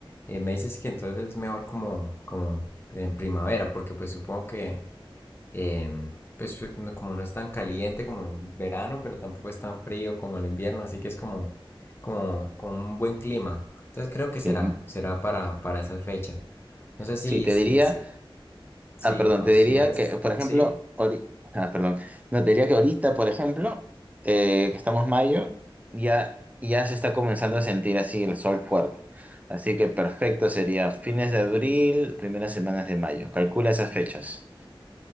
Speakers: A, on the left (about 25°); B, on the right (about 15°).
A: Eh, me dices que entonces es mejor como, como en primavera, porque pues supongo que em, pues pues, no- como no es tan caliente como el verano, pero tampoco es tan frío como el invierno, así que es como, como, como un buen clima. Entonces creo que
B: Sí,
A: será,
B: mm,
A: será para, para esas fechas. No sé si,
B: sí, te
A: si,
B: diría.
A: si, si
B: Ah, perdón,
A: consideras,
B: te diría que, por ejemplo,
A: ¿sí?
B: ori- ah, perdón, no, te diría que ahorita, por ejemplo, eh, que estamos mayo, ya, ya se está comenzando a sentir así el sol fuerte. Así que perfecto sería fines de abril, primeras semanas de mayo. Calcula esas fechas.